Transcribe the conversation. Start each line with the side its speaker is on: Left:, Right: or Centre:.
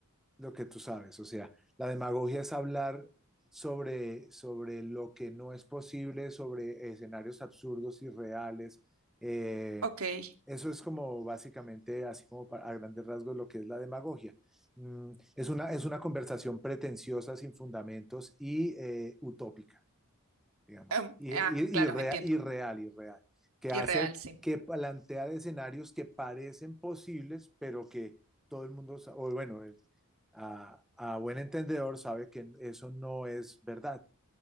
Centre: lo que tú sabes, o sea, la demagogia es hablar sobre, sobre lo que no es posible, sobre escenarios absurdos, irreales. Eh,
Right: Ok.
Centre: eso es como básicamente, así como para, a grandes rasgos, lo que es la demagogia. Mm, es, una, es una conversación pretenciosa, sin fundamentos y eh, utópica. digamos,
Right: Em,
Centre: y,
Right: ah,
Centre: y,
Right: claro,
Centre: y rea-
Right: entiendo.
Centre: irreal, irreal, que
Right: Irreal,
Centre: hace,
Right: sí.
Centre: que plantea escenarios que parecen posibles, pero que todo el mundo, sa- o bueno, el- a, a buen entendedor sabe que eso no es verdad